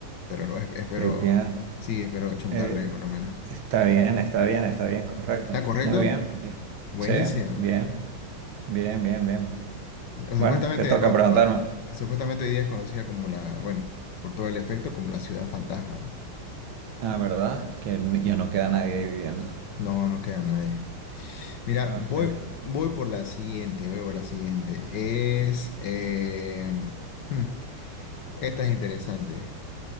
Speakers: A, on the left; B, on the right.
A: Pero no, es- espero,
B: Pripyat.
A: sí, espero chuntarle
B: Eh,
A: por lo menos.
B: está bien, está bien, está bien, correcto.
A: ¿Está correcto?
B: Muy bien, bien.
A: Buenísimo.
B: Sí, bien, bien, bien, bien.
A: O supuestamente,
B: Bueno, te toca
A: o-
B: preguntarme.
A: o- supuestamente hoy día es conocida como la, bueno, por todo el efecto, como la ciudad fantasma, ¿no?
B: Ah, ¿verdad? Que n- ya no queda nadie ahí viviendo.
A: No, no queda nadie. Mira,
B: Ok.
A: voy, voy por la siguiente, voy por la siguiente. Es, eh, hmm, esta es interesante.